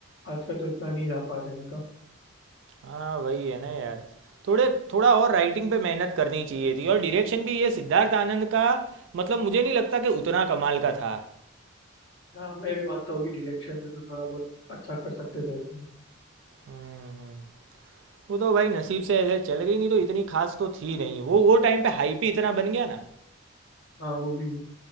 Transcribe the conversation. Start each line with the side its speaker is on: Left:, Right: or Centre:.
Left: आजकल तो उतना नहीं जा पा रहे इनका
Right: हाँ वही है ना यार थोड़े थोड़ा और राइटिंग पे मेहनत करनी चाहिए थी और डायरेक्शन भी ये सिद्धार्थ आनंद का मतलब मुझे नहीं लगता कि उतना कमाल का था
Left: हाँ मैं भी मानता हूँ कि डायरेक्शन में तो थोड़ा बहुत अच्छा कर सकते थे इसमें
Right: हम्म हम्म। वो तो भाई नसीब से ऐसे चल गई नहीं तो इतनी खास तो थी नहीं वो वो टाइम पे हाइप ही इतना बन गया ना
Left: हाँ वो भी है